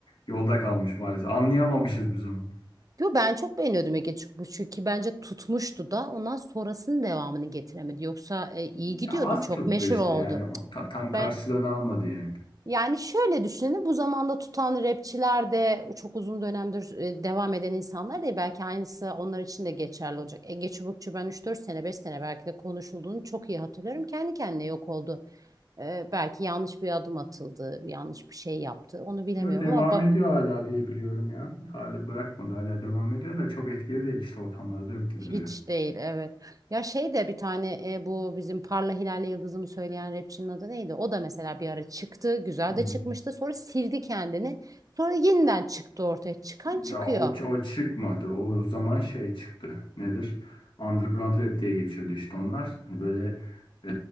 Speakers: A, on the left; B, on the right.
A: yolda kalmış maalesef. Anlayamamışız biz onu.
B: Yo, ben çok beğeniyordum Ege Çıkmış'ı ki bence tutmuştu da ondan sonrasının devamını getiremedi. Yoksa e, iyi gidiyordu
A: Ya az
B: çok
A: tuttu
B: meşhur
A: işte
B: oldu.
A: yani o ta- tam karşılığını
B: Ben
A: almadı yani.
B: yani şöyle düşünün bu zamanda tutan rapçiler de çok uzun dönemdir e, devam eden insanlar değil. Belki aynısı onlar için de geçerli olacak. Ege Çubukçu ben üç dört sene 5 sene belki de konuşulduğunu çok iyi hatırlıyorum. Kendi kendine yok oldu. E, belki yanlış bir adım atıldı yanlış bir şey yaptı onu bilemiyorum
A: Yo, Devam
B: ama
A: ediyor hala diye biliyorum ya. Hala bırakmadı hala devam ediyor da çok etkili değil işte ortamlarda yok gibi
B: Hiç
A: duruyor.
B: değil evet. Ya şey de bir tane e, bu bizim Parla Hilal'le Yıldız'ımı söyleyen rapçinin adı neydi? O da mesela bir ara çıktı. Güzel
A: Hı hı.
B: de çıkmıştı. Sonra sildi kendini. Sonra yeniden çıktı ortaya. Çıkan
A: Ya
B: çıkıyor.
A: o, ç- o çıkmadı. O, zaman şey çıktı. Nedir? Underground rap diye geçiyordu işte onlar. Hani böyle e,